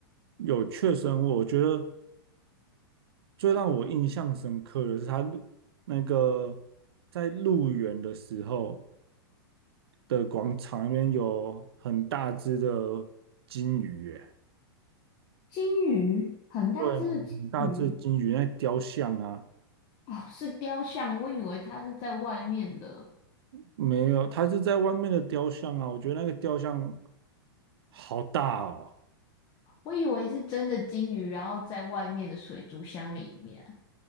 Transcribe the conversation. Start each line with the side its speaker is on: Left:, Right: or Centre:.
Right: 有确生物，我觉得最让我印象深刻的是他入那个在入园的时候的广场里面有很大只的金鱼耶，
Left: 金鱼，很大只的金鱼。
Right: 对啊，很大只的金鱼，那雕像啊，
Left: 哦，是雕像，我以为它是在外面的。
Right: 没有，它是在外面的雕像啊，我觉得那个雕像好大哦，
Left: 我以为是真的金鱼，然后在外面的水族箱里面，